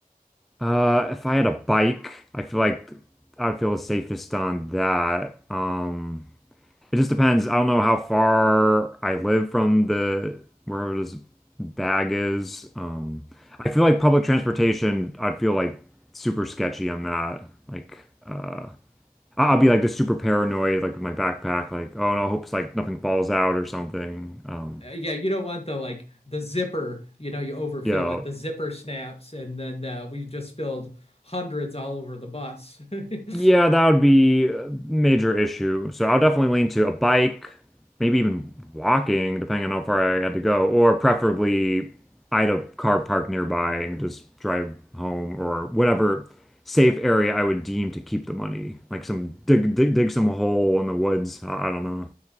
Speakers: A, in the centre; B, on the left.
A: Uh. If I had a bike, I feel like I'd feel the safest on that. Um. It just depends. I don't know how far I live from the where this bag is. Um, I feel like public transportation, I'd feel like super sketchy on that. Like, uh, I- I'll be like just super paranoid, like with my backpack, like, oh no, I hope it's like nothing falls out or something. Um,
B: Uh, Yeah, you don't want the like the zipper, you know, you overfill
A: yeah,
B: it, the zipper snaps, and then uh, we've just spilled hundreds all over the bus. <laughs>
A: Yeah, that would be a major issue. So I'll definitely lean to a bike, maybe even walking, depending on how far I had to go, or preferably I had a car park nearby and just drive home or whatever safe area I would deem to keep the money. Like some dig dig, dig some hole in the woods. I, I don't know.